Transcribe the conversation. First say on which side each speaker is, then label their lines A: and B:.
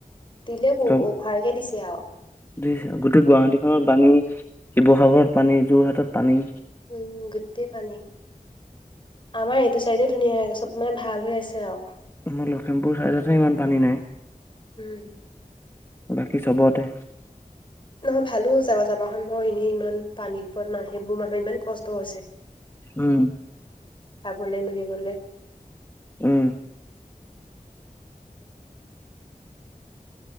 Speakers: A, on the left (about 35°); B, on the left (about 15°).
A: দিলে
B: ত,
A: অভাৰকে দিছে আৰু
B: বুইছা গোটেই গুৱাহাটীখনত পানী। শিৱসাগৰত পানী, যোৰহাটত পানী।
A: উম গোটেই পানী। আমাৰ এইটো চাইডে ধুনীয়া হৈ চব মানে ভাল হৈ আছে আও
B: আমাৰ লখিমপুৰ ছাইডতহে ইমান পানী নাই।
A: উম।
B: বাকী চবতে।
A: নহয় ভালো হৈছে চাবাখন ম এনেই ইমান পানী সিপোত মাহ সেইবোৰ মানুহৰ ইমান কষ্ট হৈছে।
B: উম।
A: খাবলে মেলিবলে।
B: উম।
A: উম।